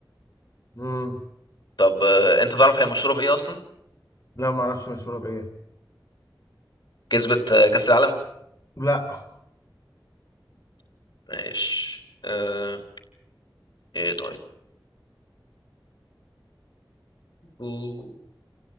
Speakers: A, on the left (about 40°); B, on the left (about 65°).
A: مم.
B: طب آه، أنت تعرف هي مشهورة بإيه أصلا
A: لا معرفش مشهوره بايه
B: كسبت آه، كأس العالم
A: لا
B: ماشي آه، إيه طيب و-